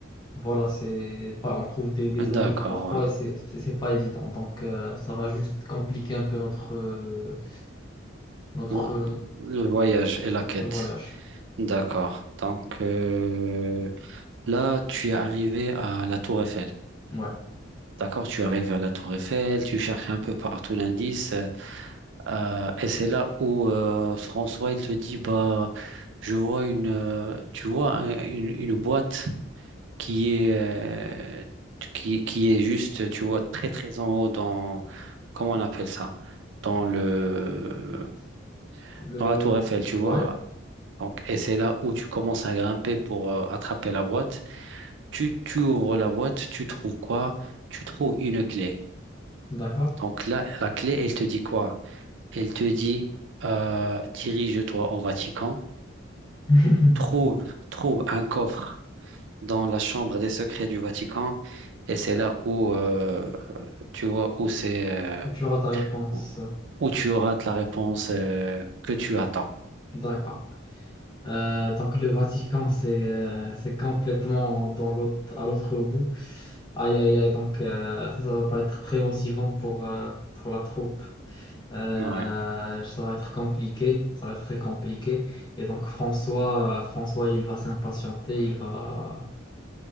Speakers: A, on the left; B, on the right.
A: voilà, c'est pas, on trouve des, des
B: D'accord,
A: animaux parfois
B: ouais.
A: et c'est c'est- c'est pas évident. Donc, euh, ça va juste compliquer un peu notre, euh, notre,
B: Le le voyage et la
A: notre
B: quête.
A: voyage.
B: D'accord. Donc euh, là, tu es arrivé à la Tour Eiffel.
A: Ouais.
B: D'accord, tu arrives à la Tour Eiffel, tu cherches un peu partout l'indice, euh, et c'est là où euh, François il te dit bah je vois une euh, tu vois un- une, une boîte qui est euh, qui, qui est juste tu vois très très en haut dans comment on appelle ça dans le
A: Le...
B: dans la Tour Eiffel tu
A: Ouais,
B: vois Donc, et c'est là où tu commences à grimper pour euh, attraper la boîte. Tu, tu ouvres la boîte, tu trouves quoi? Tu trouves une clé.
A: d'accord.
B: Donc là, la clé, elle te dit quoi? Elle te dit, euh, dirige-toi au Vatican,
A: <laughs>
B: trouve, trouve un coffre dans la chambre des secrets du Vatican, et c'est là où euh, tu vois où c'est euh,
A: Tu auras ta réponse.
B: où où tu auras la réponse euh, que tu attends.
A: D'accord. Euh, donc le Vatican, c'est euh, c'est complètement dans l'autre, à l'autre bout. Aïe, aïe, aïe. Donc euh, ça, ça va pas être très motivant pour, euh, pour la troupe. Euh,
B: Ouais,
A: ça va être compliqué. Ça va être très compliqué. Et donc François, euh, François, il va s'impatienter. Il va,